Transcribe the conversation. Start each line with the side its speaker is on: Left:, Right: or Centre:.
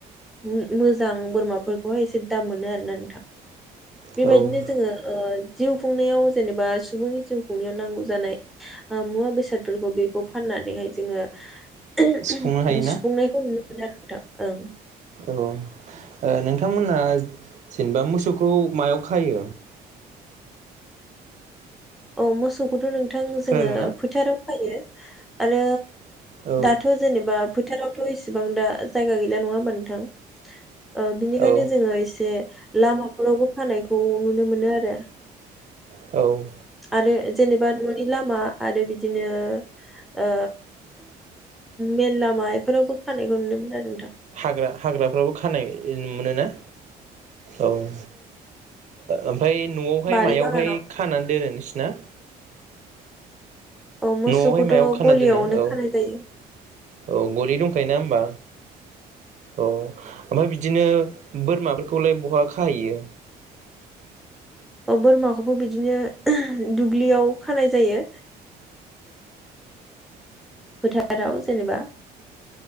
Centre: मो मोजां बोरमाफोरखौहाय एसे दाम मोनो आरोना नोंथां। बेबायदिनो
Right: औ
Centre: जोङो ओ जिउ खुंनायाव जेनेबा सुबुंनि जिउ खुंनायाव नांगौ जानाय ओ मुवा बेसादफोरखौ बेखौ फाननानैहाय जोङो
Right: सुफुंनो हायोना
Centre: सुफुंनायखौ नु <unintelligible> ओं।
Right: औ ओ नोंथांमोनहा जेनबा मोसौखौ मायाव खायो?
Centre: अ मोसौखोथ' नों नोंथां
Right: खोनादोंना
Centre: जोङो फोथाराव खायो आरो
Right: औ
Centre: दाथ' जेनेबा फोथारावथ' इसेबां दा जायगा गैला नङा होमबा नोंथां ओ बिनिखायनो
Right: औ
Centre: जोङो एसे लामाफोरावबो खानायखौ नुनो मोनो आरो।
Right: औ
Centre: आरो जेनेबा न'नि लामा आरो बिदिनो ओ मेन लामा इफोरावबो खानायखौ नुनो मोनो आरो नोंथां।
Right: हाग्रा हाग्राफ्राबो खानाय मोनो ना? औ ओ ओम ओमफ्राय न'आवहाय
Centre: बारि
Right: मायावहाय
Centre: बागानाव
Right: खानानै दोनो नोंसिना?
Centre: औ मोसौखौथ'
Right: न'आवहाय मायाव खाना
Centre: गलियावनो
Right: दोनो औ
Centre: खानाय जायो
Right: औ गलि दंखायोना होमबा औ ओमफ्राय बिदिनो बोरमाफोरखौलाय बहा खाहैयो।
Centre: बोरमाखौबो बिदिनो दुब्लियाव खानाय जायो। फोथाराव जेनेबा